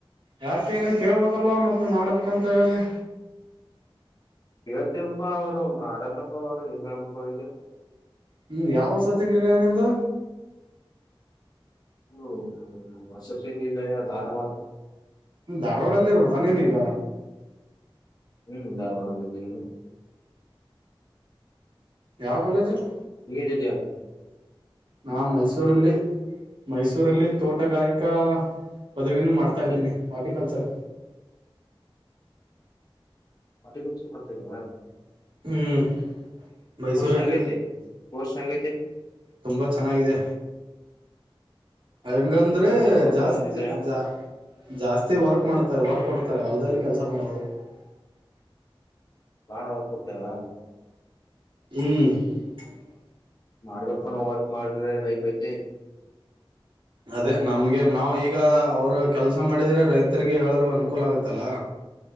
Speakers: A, on the right (about 60°); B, on the left (about 45°).
A: ಯಾಕೆ ನೀವ್ ಕೇಳ್ಬೇಕಲ್ವಾ ಮತ್ತೆ. ಮಾಡ್ಬೇಕಂತ ಹೇಳಗೆ.
B: ಇಳ್ತ್ತೇವಪ್ಪಾ ಅವರು ಮಾಡಲ್ಲಪ್ಪ ಅವರು ಏನ್ ಹೇಳ್ಬಪ್ಪ ಅವ್ರ ಈಗ <unintelligible>
A: ಹ್ಮ್ ಯಾವ ವಸತಿ ನಿಲಯ ನಿಂದು.
B: ಹ್ಮ ವಸತಿಏನ್ ಧಾರವಾಡ <unintelligible>
A: ಧಾರವಾಡಲ್ಲಿ ಇರ್ದಾ ನೀನೀಗ
B: ಹ್ಮ್ ಇಗೋಣಲ್ಲನು
A: ಯಾವ ಕಾಲೇಜ್ರ
B: ಹಟತೆಯ <unintelligible>
A: ನಾ ಮೈಸೂರಲ್ಲಿ ಮೈಸೂರಲ್ಲಿ ತೋಟಗಾರಿಕಾ ಪದವಿನೂ ಮಾಡ್ತಾ
B: ವೈಫ್
A: ಇದ್ದೀನಿ ಆರ್ಟಿಕಲ್ಚರ್.
B: ಮಟಿ ಕಪ್ಸ ಮಾಡ್ತಲ್ವಾ.
A: ಹ್ಮ್ <unintelligible> ಮೈಸೂರಲ್ಲಿ
B: ಹೆಂಗೈತೆ ಕೋರ್ಸ್ ಹೆಂಗೈತೆ
A: ತುಂಬ ಚೆನ್ನಾಗಿದೆ ಹಂಗಂದ್ರೆ
B: ಏನಾದ್ರು ಪ್ರಾಬ್ಲಮ್
A: ಜಾಸ್ತಿ
B: ಇದ್ಯಾ
A: ಜಾ ಜಾಸ್ತಿ ವರ್ಕ್ ಮಾಡ್ತಾರೆ ವರ್ಕ್ ಕೊಡ್ತ ಹೊಲ್ದಲ್ಲಿ ಕೆಲಸ ಮಾಡೋದು <unintelligible>
B: ಬಾಣ ಹೊತ್ ಕೊಡ್ತಾರಾ
A: ಹ್ಮ್
B: ಮಾಡಾರ್ವಕ ನ ವರ್ಕ್ ಮಾಡ್ರೆ ನ ಪೈ
A: ಅದೇ ನಮ್ಗೆ ನಾವವು ಈಗ ಅವರು ಕೆಲಸ ಮಾಡಿದ್ರೆ ರೈತರಿಗೆ ಹೇಳಲು ಅನುಕೂಲ ಆಗತ್ತಲ್ಲ